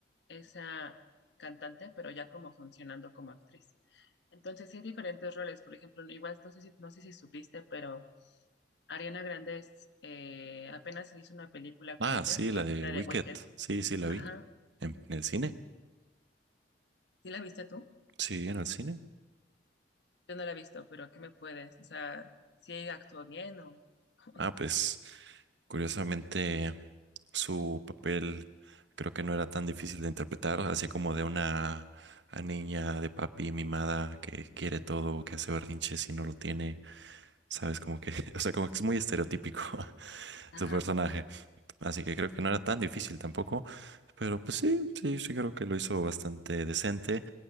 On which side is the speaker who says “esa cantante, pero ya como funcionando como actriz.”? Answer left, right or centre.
Left